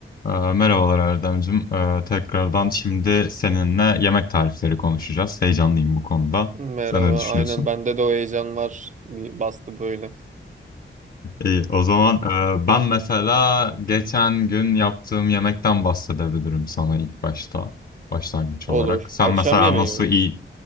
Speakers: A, on the left; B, on the right.
A: Ee, Merhabalar Erdemcim. Ee, Tekrardan şimdi seninle yemek tarifleri konuşacağız. Heyecanlıyım bu konuda.
B: Merhaba.
A: Sen ne düşünüyorsun?
B: Aynen bende de o heyecan var. Bir bastı böyle.
A: İyi, o zaman e, ben mesela geçen gün yaptığım yemekten bahsedebilirim sana ilk başta, başlangıç
B: Olur.
A: olarak. Sen
B: Akşam
A: mesela
B: yemeği
A: nasıl
B: mi?
A: iyi